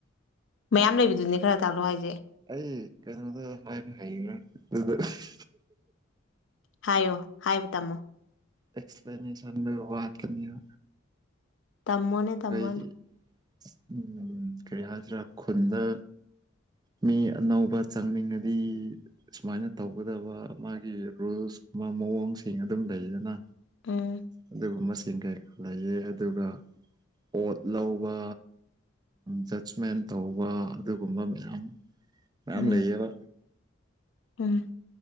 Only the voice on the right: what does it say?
<unintelligible>
ꯑꯦꯛꯁꯄ꯭ꯂꯦꯅꯦꯁꯟꯗ ꯄꯥꯠꯀꯅꯤꯕ
ꯑꯩꯈꯣꯏꯒꯤ ꯎꯝ ꯀꯔꯤ ꯍꯥꯏꯁꯤꯔꯥ ꯈꯨꯟꯗ ꯃꯤ ꯑꯅꯧꯕ ꯆꯪꯅꯤꯡꯉꯗꯤ ꯁꯨꯃꯥꯏꯅ ꯇꯧꯒꯗꯕ ꯃꯥꯒꯤ ꯔꯨꯜꯁ ꯃꯥ ꯃꯑꯣꯡꯁꯤꯡ ꯑꯗꯨꯝ ꯂꯩꯗꯅ
ꯑꯗꯨꯒꯨꯝꯕꯁꯤꯡꯒꯤ ꯂꯩꯌꯦ ꯑꯗꯨꯒ ꯄꯣꯠ ꯂꯧꯕ ꯖꯁꯃꯦꯟ ꯇꯧꯕ ꯑꯗꯨꯒꯨꯝꯕ ꯃꯌꯥꯝ ꯃꯌꯥꯝ
ꯂꯩꯌꯦꯕ